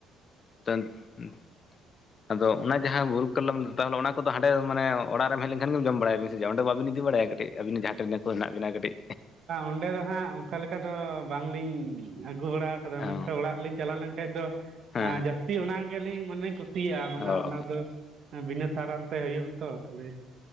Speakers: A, on the left; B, on the right.
A: ᱡᱟᱱ ᱚᱸ ᱟᱫᱚ ᱚᱱᱟ ᱡᱟᱦᱟᱸ ᱵᱩᱨᱩ ᱠᱟᱞᱚᱢ ᱛᱟᱦᱚᱞᱮ ᱚᱱᱟ ᱠᱚᱫᱚ ᱦᱟᱸᱰᱮ ᱢᱟᱱᱮ ᱚᱲᱟᱜ ᱨᱮᱢ ᱦᱮᱡ ᱞᱮᱱᱠᱷᱟᱱ ᱜᱮ ᱡᱚᱢ ᱵᱟᱲᱟᱭᱟ ᱵᱤ ᱚᱸᱰᱮ ᱵᱟᱵᱤᱱ ᱤᱫᱤ ᱵᱟᱲᱟᱭᱟ ᱠᱟᱹᱴᱤᱡ ᱟᱵᱤᱱ ᱡᱟᱦᱟᱸ ᱴᱷᱮᱱ ᱠᱚ ᱦᱮᱱᱟᱜ ᱵᱤᱱᱟ ᱠᱟᱹᱴᱤᱡ
B: ᱚᱸᱰᱮ ᱫᱚ ᱦᱟᱸᱜ ᱚᱱᱠᱟ ᱞᱮᱠᱟ ᱫᱚ ᱵᱟᱝᱞᱤᱧ ᱟᱹᱜᱩ ᱵᱟᱲᱟᱣᱟ ᱠᱚᱨᱮ ᱢᱮᱱᱠᱷᱟᱱ
A: ᱚ
B: ᱚᱲᱟᱜ ᱞᱤᱧ ᱪᱟᱞᱟᱣ ᱞᱮᱱᱠᱷᱟᱱᱡ ᱫᱚ
A: ᱦᱮᱸ
B: ᱡᱟᱹᱥᱛᱤ ᱚᱱᱟ ᱜᱮᱞᱤᱧ ᱢᱟᱱᱮ ᱠᱩᱥᱤᱭᱟᱜᱼᱟ ᱢᱟᱱᱮ
A: ᱚ
B: ᱚᱱᱟ
A: ᱚ
B: ᱫᱚ ᱵᱤᱱᱟᱹ ᱥᱟᱨᱟᱱ ᱛᱮ ᱦᱩᱭᱩᱜᱼᱟ ᱛᱚ ᱛᱟᱦᱚᱞᱮ